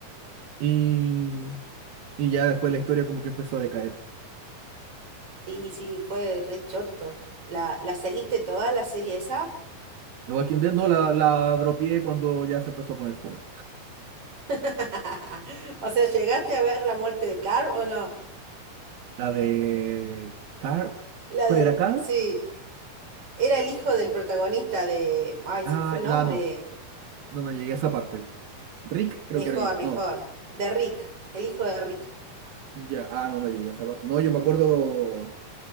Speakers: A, on the right (about 85°); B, on the right (about 40°).
A: y, y ya después la historia como que empezó a decaer.
B: Sí, sí, fue re choto. ¿La, la seguiste toda la serie esa?
A: The Walking Dead no, la, la dropié cuando ya se empezó a poner fome.
B: <laughs> O sea, ¿llegaste a ver la muerte de Carl o no?
A: La de Carl,
B: La
A: ¿cuál
B: del...
A: era Carl?
B: Sí, era el hijo del protagonista de... Ay,
A: Ah,
B: se me fue el nombre.
A: no, no, no, no llegué a esa parte. Rick creo
B: Mejor,
A: que era el,
B: mejor.
A: no,
B: De Rick, el hijo de Rick.
A: ya, ah, no, no llegué a esa parte. No, yo me acuerdo,